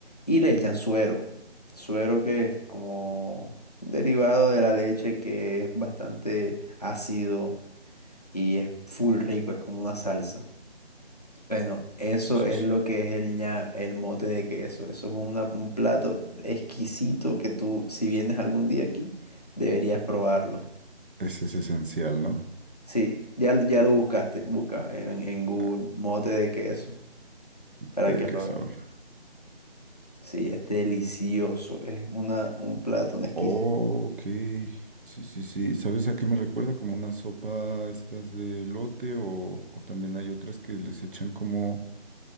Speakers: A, on the left; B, on the right.
A: Y le echan suero, suero que es como derivado de la leche que es bastante ácido y es full rico, es como una salsa. Bueno, eso
B: Sí, sí,
A: es
B: sí.
A: lo que es el ña, el mote de queso. Eso es una- un plato exquisito que tú, si vienes algún día aquí, deberías probarlo.
B: Ese es esencial, ¿no?
A: Sí, ya, lo- ya lo buscaste. Busca en, en Google
B: Ah,
A: mote de queso para
B: Tiene
A: que
B: que
A: lo
B: saber.
A: veas. Sí, es delicioso. Es una, un plato, un exquisito.
B: Oh, ok. Sí, sí, sí. ¿Sabes a qué me recuerda? Como una sopa estas de lote o, o también hay otras que les echan como